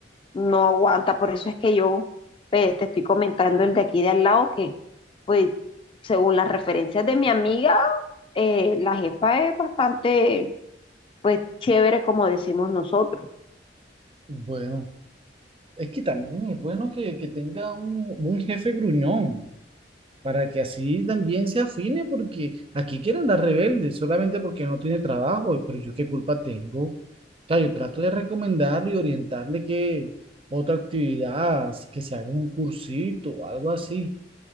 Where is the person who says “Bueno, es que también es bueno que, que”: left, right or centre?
Right